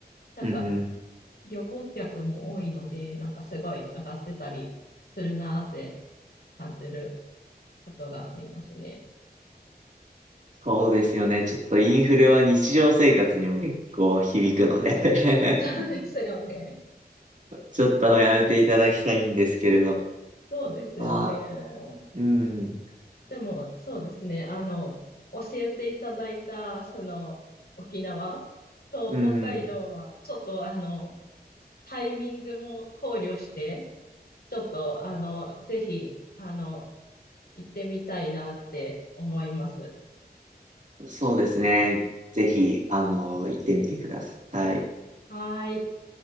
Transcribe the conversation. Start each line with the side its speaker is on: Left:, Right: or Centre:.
Left: なんか
Right: うん、
Left: 旅行客も多いので、なんかすごい上がってたりするなーって感じることがありますね。
Right: そうですよね。ちょっとインフレは日常生活にも結構響くので
Left: そうですよね。
Right: <laughs> ちょっとやめていただきたいんですけれど。
Left: そうですよね。
Right: まあ、うん、
Left: でも、そうですね。あの、教えていただいた、その、沖縄と北海道は、
Right: うん、
Left: ちょっと、あの、タイミングも考慮して、ちょっと、あの、ぜひ、あの、行ってみたいなって思います。
Right: そうですね。ぜひ、あの、行ってみてください。
Left: はーい。